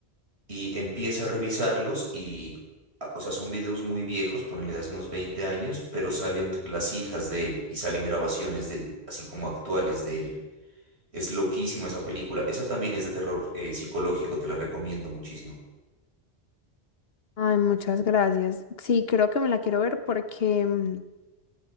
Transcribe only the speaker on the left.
Ay, muchas gracias. Sí, creo que me la quiero ver porque mm,